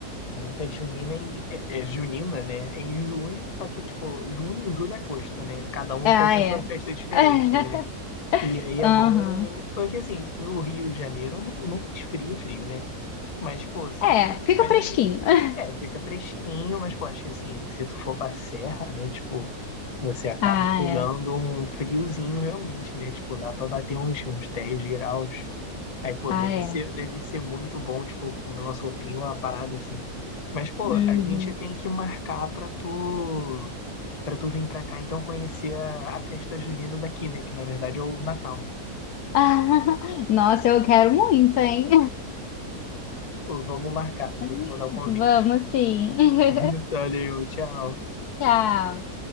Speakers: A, on the left; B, on the left.
A: festa junina em- é, é junina, né? É em junho, só que, tipo, junho, julho e agosto, né? Cada um
B: Ah,
A: faz a
B: é.
A: sua festa diferente,
B: <laughs>
A: né? E aí é
B: Aham.
A: bom. Porque, assim, o Rio de Janeiro não, não faz frio, frio, né? Mas, pô, se...
B: É, fica
A: mas
B: fresquinho.
A: assim.
B: <laughs>
A: É, fica fresquinho, mas, pô, acho que assim, se tu for pra serra, né, tipo, Você acaba
B: Ah,
A: pegando
B: é.
A: um friozinho realmente, né? Tipo, dá pra bater uns, uns 10 graus. Aí, pô,
B: Ah,
A: deve
B: é.
A: ser, deve ser muito bom, tipo, comer uma sopinha, uma parada assim. Mas, pô,
B: Uhum.
A: a gente tem que marcar pra tu, pra tu vir pra cá, então conhecer a, a festa junina daqui, né? Que na verdade é o Natal.
B: <laughs> Nossa, eu quero muito, hein?
A: Pô, vamos marcar, eu
B: <laughs>
A: vou te mandar o convite.
B: Vamos sim. <laughs>
A: <laughs> Valeu, tchau.
B: Tchau.